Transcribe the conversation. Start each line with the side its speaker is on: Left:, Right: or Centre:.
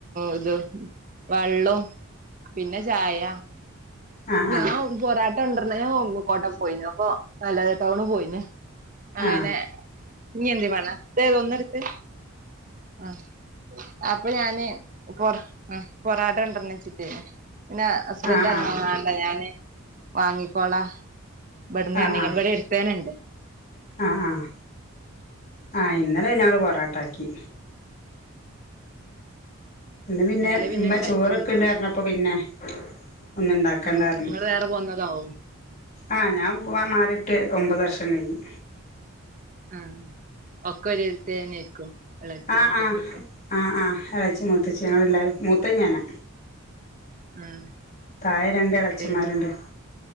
Right: ഇത് വെള്ളോം പിന്നെ ചായ
Left: ആഹ് ആഹ്
Right: ഞാൻ പൊറാട്ട കൊണ്ടര്ണ ഞാൻ കോട്ട പോയിനു അപ്പൊ മല്ലാത ടൗണ് പോയിനേ. അങ്ങനെ
Left: ആഹ്
Right: ഇഞ്ഞി എന്തേ വാണോ തേ ഒന്നടുത്തേ ആഹ് അപ്പ ഞാന് പൊറ ആഹ് പൊറാട്ട കൊണ്ടര്ണോയ്ച്ചിട്ടേ പിന്നെ ഹസ്ബൻഡ്
Left: ആഹ് ആഹ്
Right: ർഞ്ഞു മാണ്ട ഞാന് വാങ്ങിക്കോളാ. ഇവട്ന്നർഞ്ഞിങ്ങാണ്ട്
Left: ആഹ് ആഹ്
Right: ഇവടെ എട്ത്തേന്നണ്ട്.
Left: ആഹ് ആഹ് ആഹ് ഇന്നലെ പിന്നെ ഞങ്ങൾ പൊറാട്ടാക്കി. ഇന്ന് പിന്നെ
Right: ഇന്നലെ
Left: ഇമ്മ
Right: ഇണ്ടായിട്ടില്ല
Left: ചോറൊക്കെ ഇണ്ട്ർഞ്ഞപ്പം പിന്നെ ഇന്ന് ഇണ്ടാക്കണ്ടാർഞ്ഞ്
Right: ആഹ് ഇങ്ങള് വേറെ പോന്നതാവും
Left: ആഹ് ഞാൻ പോവാൻ മാറിട്ട് ഒമ്പത് വർഷം കഴിഞ്ഞ്.
Right: ആഹ് ഒക്കെ ഒര് ഇതേന്നെ ക്കും എളച്ചി
Left: ആഹ്
Right: മൂത്തച്ചി
Left: ആഹ്
Right: ഒക്കെ
Left: ആഹ് ആഹ് എളച്ചി മൂത്തച്ചി ഞങ്ങള് എല്ലാരും മൂത്തേ ഞാനാ.
Right: ആഹ്
Left: താഴെ രണ്ട് എളച്ചന്മാരുണ്ട്
Right: പിന്നെ